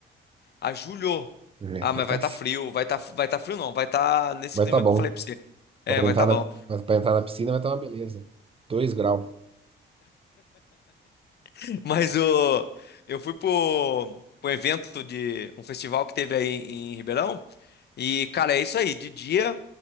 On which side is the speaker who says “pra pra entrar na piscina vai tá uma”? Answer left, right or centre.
Right